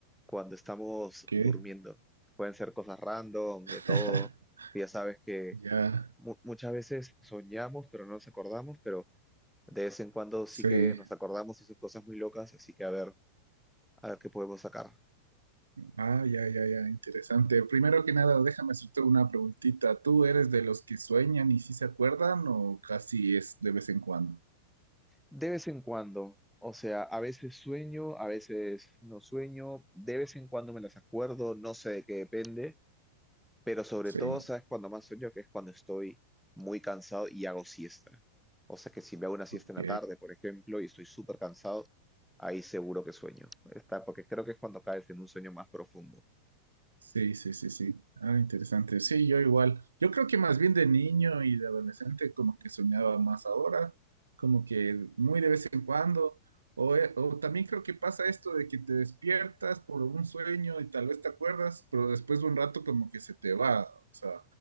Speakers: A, in the centre; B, on the right.
A: cuando estamos
B: ¿Qué?
A: durmiendo. Pueden ser cosas random,
B: <laughs>
A: de todo. Ya sabes que
B: Ya,
A: mu- muchas veces soñamos, pero no nos acordamos, pero de vez en cuando
B: sí.
A: sí que nos acordamos y son cosas muy locas, así que a ver, a ver qué podemos sacar.
B: Ah, ya, ya, ya. Interesante. Primero que nada, déjame hacerte una preguntita. ¿Tú eres de los que sueñan y sí se acuerdan o casi es de vez en cuando?
A: De vez en cuando, o sea, a veces sueño, a veces no sueño, de vez en cuando me las acuerdo, no sé de qué depende, pero sobre
B: Sí.
A: todo, ¿sabes cuando más sueño? Que es cuando estoy muy cansado y hago siesta. O sea que si me hago una siesta
B: ok.
A: en la tarde, por ejemplo, y estoy súper cansado, ahí seguro que sueño. Está, porque creo que es cuando caes en un sueño más profundo.
B: Sí, sí, sí, sí. Ah, interesante. Sí, yo igual. Yo creo que más bien de niño y de adolescente como que soñaba más ahora, como que muy de vez en cuando. O, eh, o también creo que pasa esto de que te despiertas por un sueño y tal vez te acuerdas, pero después de un rato como que se te va. O sea,